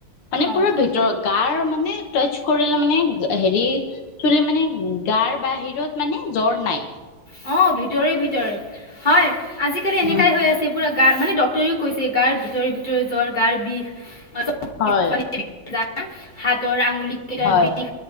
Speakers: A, on the left; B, on the left.
A: মানে
B: অঁ
A: পুৰা ভিতৰত গাৰ মানে টচ কৰিলে মানে হেৰি চুলে মানে গাৰ বাহিৰত মানে জ্বৰ নাই।
B: অ, ভিতৰে -ভিতৰে হয়, আজিকালি
A: হয়
B: এনেকাই হৈ আছে পুৰা গাৰ মানে ডক্তৰেও কৈছে, গাৰ ভিতৰে- ভিতৰে জ্বৰ, গাৰ বিষ অ চ <inaudible>
A: হয়
B: হাতৰ আঙুলি কেইটাৰ
A: হয়
B: বিষ।